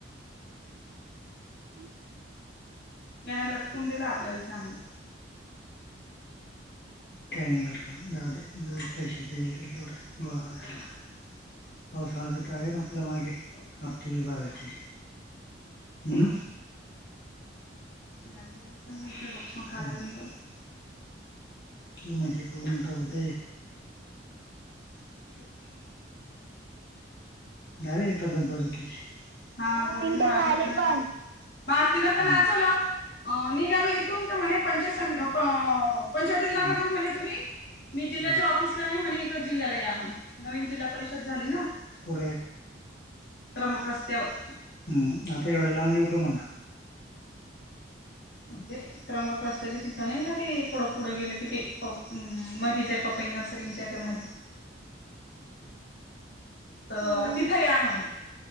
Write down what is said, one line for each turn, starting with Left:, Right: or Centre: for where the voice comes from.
Right: हम्
Left: याना लटकून दिला आपल्याला चांगलं काही घटक द पैसे प गोळा होतीलना पावसाळा बी तर आहे ना आपल्या मागे हफ्ती ब बारायचे म तियाल आप लक्षण खा लागल बत की मझी पघूनंतघध <unintelligible> दर ग तबास बरी तची हा
Right: नऊ
Left: झारी
Right: मिनिटं
Left: ना आलीत
Right: झाले
Left: ना
Right: पण
Left: मजतीला तर नाचवला निघालो इथून तर म्हणे पंचा पंचास लाखा जाऊ म्हणे तुम्ही मी जिल्ह्याच्या ऑफिसला आहे म्हणे इका जिल्ह्याला या म्हणे नवीन जिल्हा परिषद झाली ना पु मक रस्त्यावर हम्म आता एवढं लांब येऊ का म्हणना णजे त्रंबक रस्त्याचे तिथं नाही का ते थोडं पुढं गेलं कि ते मध प नर्सरीच्या त्या म तर
Right: हम्म.
Left: तिथं या म्हणे